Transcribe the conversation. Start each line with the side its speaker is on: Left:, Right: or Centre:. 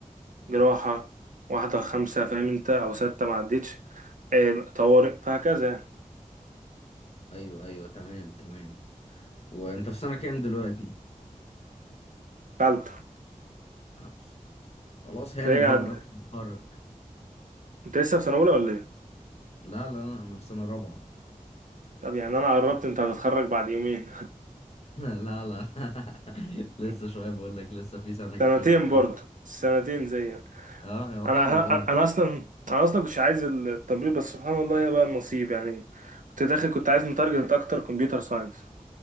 Right: جراحة واحدة خمسة فاهم انت أو ستة معدتش آه، طوارئ فهكذا يعني
Left: ايوه ايوه تمام تمام وانت في سنة كام دلوقتي
Right: تالتة
Left: خمسة خلاص هانت
Right: تلاقيه
Left: اهو
Right: عد
Left: قربت تتخرج
Right: انت لسه في سنة أولى ولا ايه؟
Left: لا لا لا انا في سنة رابعة
Right: طب يعني أنا قربت انت هتتخرج بعد يومين
Left: <laughs> لا لا <laughs> لسه
Right: <laughs>
Left: شوية بقول لك لسه في سنة كمان
Right: سنتين
Left: بعدها
Right: برضه سنتين زيك
Left: اه يعتبر
Right: أنا أنا
Left: اه
Right: أنا أصلا أنا أصلا كنتش عايز التمريض بس سبحان الله هي بقى النصيب يعني كنت داخل كنت عايز متارجت أكتر كمبيوتر ساينس